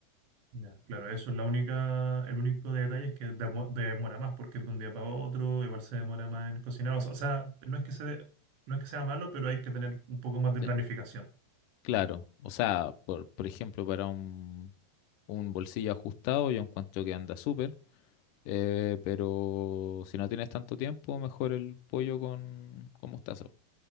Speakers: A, on the right; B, on the left.
A: ya. Claro, eso es la única, el único detalle es que demo- demora más, porque es de un día para otro, igual se demora más en cocinar. O sea, o sea, no es que se, no es que sea malo, pero hay que tener un poco más de
B: Sí.
A: planificación.
B: Claro, o sea, por, por ejemplo, para un, un bolsillo ajustado yo encuentro que anda súper, eh, pero si no tienes tanto tiempo, mejor el pollo con, con mostaza.